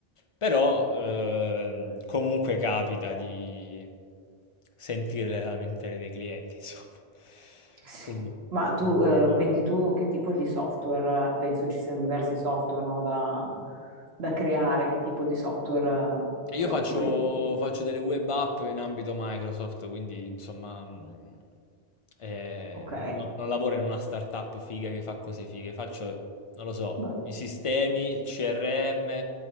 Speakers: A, on the left; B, on the right.
A: Però, ehm, comunque capita di sentire le lamentele dei clienti, insomma. <laughs>
B: Sì.
A: Quindi
B: Ma tu,
A: quindi
B: eh, quindi tu che tipo di software? Penso ci siano diversi software, no, da, da creare. Che tipo di software, eh,
A: E
B: ti
A: io
B: occupi?
A: faccio, faccio delle web app in ambito Microsoft, quindi insomma mh, eh,
B: Ok,
A: no- non lavoro in una startup figa che fa cose fighe, faccio, non lo so,
B: beh,
A: i sistemi, CRM,